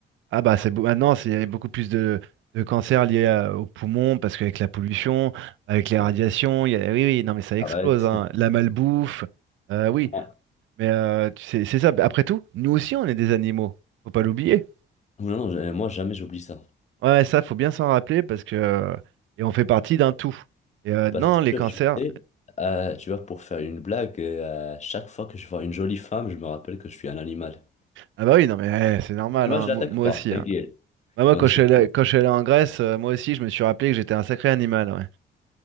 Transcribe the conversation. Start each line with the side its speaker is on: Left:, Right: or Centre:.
Right: Ah bah c'est beau- maintenant c'est- il y a beaucoup plus de, de cancers liés à- aux poumons parce qu'avec la pollution, avec les
Left: Ouais,
Right: radiations, il y a- oui oui non mais ça explose
Left: arrête.
Right: hein.
Left: <laughs>
Right: La malbouffe, euh, oui
Left: Ouais.
Right: mais euh, tu sais, c'est ça. Bah, Après tout, nous aussi on est des animaux, faut pas l'oublier.
Left: Non, non, j'ai- moi, jamais j'oublie ça.
Right: Ouais ouais, ça faut bien s'en rappeler parce que euh, et on fait partie d'un tout. Et euh,
Left: Bah,
Right: non
Left: c'est sûr,
Right: les cancers,
Left: tu sais, euh, tu vois, pour faire une blague, euh, à chaque fois que je vois une jolie femme, je me rappelle que je suis un animal.
Right: ah bah oui non mais eh, c'est normal
Left: Tu vois,
Right: hein,
Left: je
Right: Moi,
Left: l'attaque
Right: moi
Left: pas,
Right: aussi.
Left: ta
Right: hein.
Left: gueule.
Right: Bah, moi
Left: Quand
Right: quand
Left: je suis
Right: je suis allé, quand je suis allé en Grèce, euh, moi aussi je me suis rappelé que j'étais un sacré animal. ouais.